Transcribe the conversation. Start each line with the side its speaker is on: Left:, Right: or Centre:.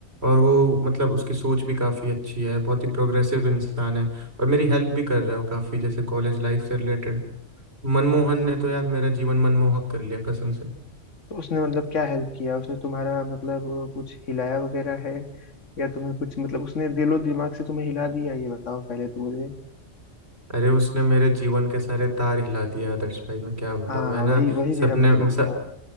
Right: और वो मतलब उसकी सोच भी काफ़ी अच्छी है बहुत ही प्रोग्रेसिव इंसान है और मेरी हेल्प भी कर रहा है वो काफ़ी जैसे कॉलेज लाइफ से रिलेटेड मनमोहन ने तो यार मेरा जीवन मनमोहक कर लिया कसम से
Left: तो उसने मतलब क्या हेल्प किया उसने तुम्हारा मतलब अ, कुछ हिलाया वगैरह है या तुम्हें कुछ मतलब उसने दिलो दिमाग से तुम्हें हिला दिया ये बताओ पहले तो मुझे
Right: अरे उसने मेरे जीवन के सारे तार हिला दिया आदर्श भाई मैं क्या बताऊँ
Left: हाँ
Right: मैं
Left: हाँ,
Right: ना
Left: वही वही मेरा
Right: सपने
Left: मतलब
Right: स,
Left: था